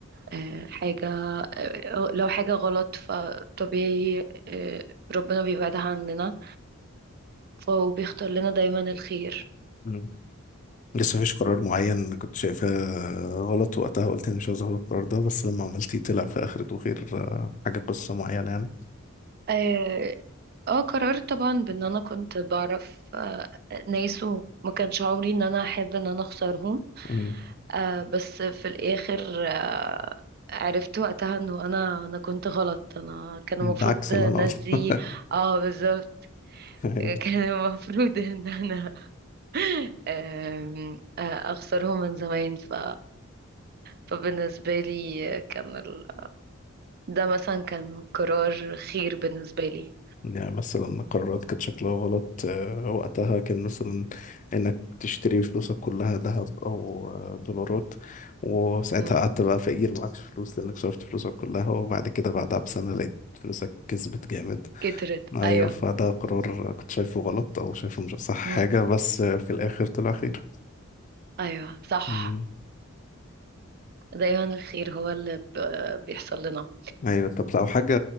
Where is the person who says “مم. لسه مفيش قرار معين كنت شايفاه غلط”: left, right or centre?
Left